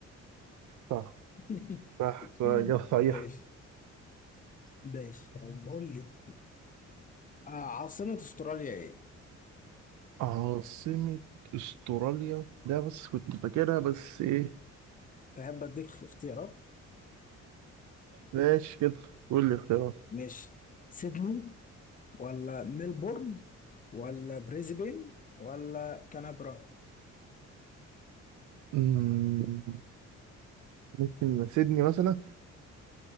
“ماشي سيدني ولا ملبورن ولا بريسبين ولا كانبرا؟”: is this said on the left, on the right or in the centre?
Left